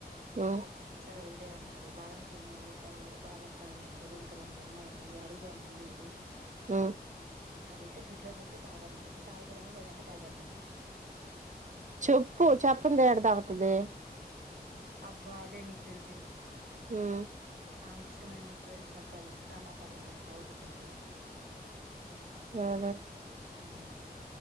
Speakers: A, on the right; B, on the right.
A: ఉమ్
B: సరే వదిలే అన్నాడు బాద కిమి అల్లుడు తగడు బాద పాలు నేను తాగ ఇంకా రెండు ఉన్నాయి అడిగా మళ్ళీ
A: ఆ
B: అడితే ఫ్రిడ్జ్ లో పెట్టు తాగానిపిస్తే తాగుతున్నాం లేదంటే తాగేద్దామనిన్నాడు
A: చెప్పు చెప్పుంత ఎడదగుతుది
B: అబ్బా అదే నీకు తెలిసింది
A: ఉ
B: అంకిష్టమైన వస్తువు అది చెబ్బల్ల రమాఫలంమయిైనట్టు అవుతుంది అది కూడా
A: అ అ
B: హ